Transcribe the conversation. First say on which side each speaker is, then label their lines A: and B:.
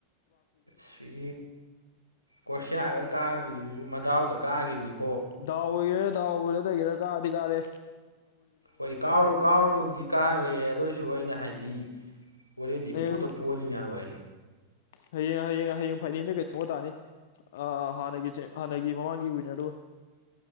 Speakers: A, on the left; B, on the left.
A: ꯁꯤ ꯀꯣꯁꯤꯌꯥꯒ ꯀꯥꯈ꯭ꯔꯤꯁꯤꯁꯨ ꯃꯗꯥꯎꯗ ꯀꯥꯈꯤꯕꯅꯤꯀ
B: ꯗꯥꯎ ꯑꯣꯏꯒꯦꯔꯥ ꯗꯥꯎ ꯑꯣꯏꯅꯗꯒꯦꯔꯥ ꯀꯥꯗꯤ ꯀꯥꯗꯔꯦ
A: ꯍꯣꯏ ꯀꯥꯎꯔ ꯀꯥꯎꯔꯒꯕꯨꯗꯤ ꯀꯥꯈ꯭ꯔꯦ ꯑꯗꯨ ꯑꯣꯏꯁꯨ ꯑꯩꯅ ꯍꯥꯏꯗꯤ ꯍꯣꯔꯦꯟꯗꯤ
B: ꯍꯌꯦꯡ
A: ꯄꯣꯗ ꯄꯣꯅꯤ ꯌꯥꯔꯣꯏ
B: ꯍꯌꯦꯡ ꯍꯌꯦꯡ ꯍꯌꯦꯡ ꯐꯥꯏꯅꯜꯗ ꯀꯩꯗꯧꯒ ꯇꯥꯅꯤ ꯍꯥꯟꯅꯒꯤ ꯍꯥꯟꯅꯒꯤ ꯃꯃꯥꯡꯒꯤ ꯋꯤꯟꯅꯔꯗꯨ <inaudible>